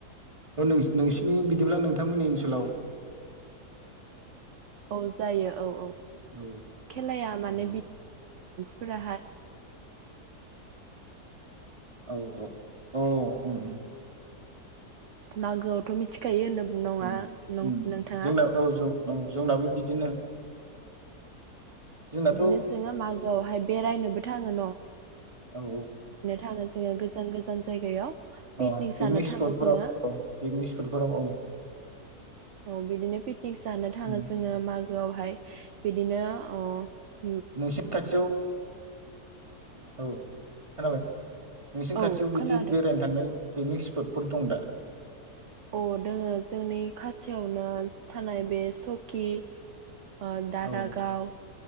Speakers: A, on the right (about 20°); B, on the right (about 55°).
A: ओ बिदिब्ला नोंथांमोननि ओनसोलाव
B: औ जायो औ औ।
A: औ
B: खेलाया मान
A: उम
B: फोरा
A: औ औ औ उम उम।
B: मागोआवथ' मिथिखायो होननो बुं नङा
A: उम
B: नों
A: उम
B: नों थाङो
A: जोंना औ ज औ जोंनाबो बिदिनो जोंनाथ' उम
B: न बेरायनो
A: औ औ
B: थाङो जोङो गोजान गोज जान जायगायाव।
A: अ
B: जानो
A: पिकनिक
B: थाङो
A: स्पटफोराव
B: जोङो
A: औ पिकनिक स्पटफोराव औ।
B: औ बिदिनो पिकनिक जानो
A: उम
B: थाङो जोङो मागोआवहाय बिदिनो अह।
A: नोंसिनि खाथियाव औ खोनाबाय नोंसिनि
B: औ
A: खाथियाव बिदि
B: खोनादों
A: बेरायनो थांनाय पिकनिक स्पटफोर दं दा?
B: अ दोङो जोंनि खाथियावनो थानाय बे सक खि आ दारागाव
A: औ